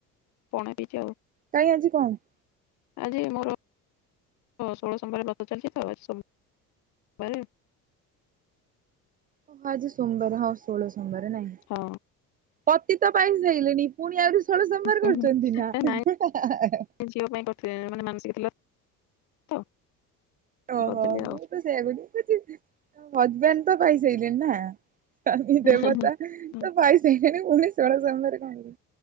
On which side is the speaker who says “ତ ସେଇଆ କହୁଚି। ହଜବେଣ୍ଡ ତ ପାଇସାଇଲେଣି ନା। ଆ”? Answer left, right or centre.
Right